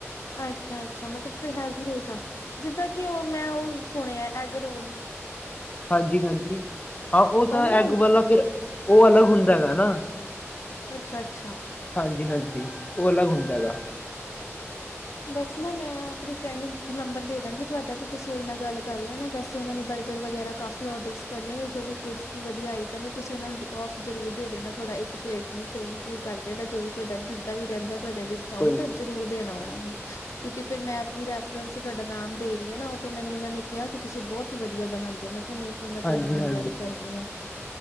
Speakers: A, on the left; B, on the left.
A: ਅੱਛਾ ਅੱਛਾ ਮਤਲ
B: ਹਾਂਜੀ
A: ਫਿਰ ਹੈਲਦੀ
B: ਹਾਂਜੀ
A: ਰਹੇਗਾ ਜਿੱਦਾਂ ਕਿ ਉਹ ਮੈਂ ਉਹ ਸੁਣਿਆ ਐਗ ਰੋਲ ਨੇ
B: ਹਾਂਜੀ ਹਾਂਜੀ ਹਾਂ ਉਹ ਤਾਂ
A: ਉਵੇਂ ਹੀ
B: ਐਗ
A: ਹੁੰਦਾ
B: ਵਾਲਾ ਫਿਰ ਉਹ ਅਲੱਗ ਹੁੰਦਾ ਹੈਗਾ ਨਾ
A: ਅੱਛਾ ਅੱਛਾ
B: ਹਾਂਜੀ ਹਾਂਜੀ ਉਹ ਅਲੱਗ ਹੁੰਦਾ ਹੈਗਾ ਐ
A: ਬਸ ਨਾ ਮੈਂ ਆਪਣੀ ਫਰੈਂਡ ਨੂੰ ਨੰਬਰ ਦੇ ਦਾਂਗੀ ਤੁਹਾਡਾ ਤੇ ਤੁਸੀਂ ਉਹਦੇ ਨਾਲ ਗੱਲ ਕਰ ਲੈਣਾ ਵੈਸੇ ਉਹਨਾਂ ਨੇ ਬਰ ਬਗਰ ਵਗੈਰਾ ਕਾਫੀ ਔਡਰ ਕਰਨੇ ਨੇ ਜੋ
B: ਹਾਂਜੀ
A: ਵੀ ਕਿਡਸ
B: ਹਾਂਜੀ
A: ਦੀ ਵਧੀਆ ਆਈ ਤਾਂ ਮੀ ਤੁਸੀਂ ਉਹਨਾਂ ਨੂੰ ਔਫ ਜ਼ਰੂਰ ਦੇਣਾ ਤੁਹਾਡਾ ਇੱਕ ਪਲੇਟ ਨੂੰ ਫਰੀ ਫਰੂ ਕਰ ਦੇਣਾ ਜੋ ਵੀ ਤੁਹਾਡਾ ਜ ਜਿਨਾ ਵੀ ਰੇਂਦਾ
B: ਹਾਂਜੀ
A: ਤੁਹਾਡਾ
B: ਹਾਂਜੀ
A: ਡਿਸਕਾਊਂਟ
B: ਕੋਈ
A: ਜ਼ਰੂਰ ਦੇਣਾ
B: ਹਾਂਜੀ
A: ਉਹਨਾਂ ਨੇ। ਕਿਉਂਕਿ ਫਿਰ ਮੈਂ ਆਪਣੀ ਰੈਫਰੰਸ ਚ ਤੁਹਾਡਾ ਨਾਮ ਦੇ ਰਹੀ ਹਨਾ, ਤੇ ਮੈਨੂੰ ਉਹਨਾ ਨੇ ਕੇਆ ਕਿ ਤੁਸੀਂ ਬੋਤ ਬੋਤ ਈ ਵਧੀਆ ਬਣਾਉਂਦੇ ਹੋ, ਮੈਂ ਕੇਆ ਨਈ ਫਿਰ ਮੈਂ
B: ਹਾਂਜੀ
A: ਤੁਹਾਡੇ ਨਾਲ
B: ਹਾਂਜੀ
A: ਗੱਲ ਕਰਨੀ ਆ।